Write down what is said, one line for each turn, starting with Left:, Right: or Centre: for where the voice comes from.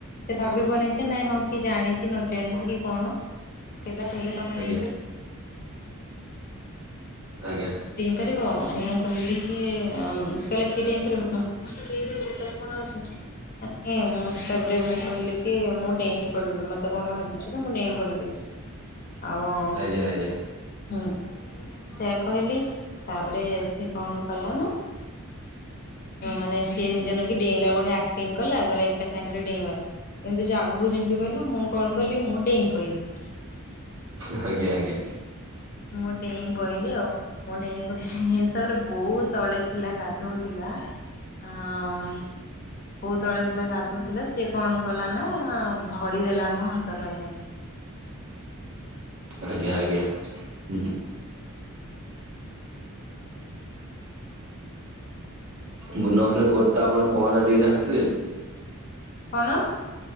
Left: ସେ ଭାବିବନି କିଛି ନାଇଁ ହଁ କି ଜାଣିଛି ନ ଜାଣିଛି କି କଣ କହିଲା କହିଲ ତମେ
Right: ଆଜ୍ଞା
Left: ଡେଇଁ ପା
Right: ଆଜ୍ଞା।
Left: ଡେଇଁ ପାରିବ ମୁଁ କହିଲି କି ସେ କହିଲେ <unintelligible> ମାନେ ତାପରେ ମୁଁ କହିଲି କି ମୁଁ ଡେଇଁ ପଡିବି ମତେ କଣ ଭାବିଛୁ କି ମୁଁ ଡେଇଁ ପଡିବି। ଆଉ
Right: ଆଜ୍ଞା ଆଜ୍ଞା।
Left: ହୁଁ ସେଇଆ କହିଲି। ତାପରେ ସେ କଣ କଲା ନା ମାନେ ସିଏ ନିଜେ ନେଇକି ଡେଇଁଲା ଭଳିଆ ଆକ୍ଟିଂ କଲା କହିଲା ଏକା ସାଙ୍ଗରେ ଡେଇଁବା, ଏମତି ଯୋଉ ଆଗୁକୁ ଝିଙ୍କି ପଇଲା ମୁଁ କଣ କଲି ମୁଁ ଡେଇଁ ପଇଲି।
Right: ଆଜ୍ଞା ଆଜ୍ଞା।
Left: ମୁଁ ଡେଇଁ ପଇଲି ଆଉ ମୁଁ ଡେଇଁ ପଇଲି <unintelligible> ତାପରେ ବୋଉ ତଳେ ଥିଲା ଗାଧଉ ଥିଲା। ଆ ହଁ। ବୋଉ ତଳେ ଥିଲା ଗାଧଉ ଥିଲା ସେ କଣ କଲା ନା ଧରିଦେଲା ମୋ ହାତଟାକୁ।
Right: ଆଜ୍ଞା ଆଜ୍ଞା ଉ। ମୁଁ ନହେଲେ ଗୋଟାପଣ ପହଁରା ଟିକେ ଜାଣଥିଲି।
Left: କଣ?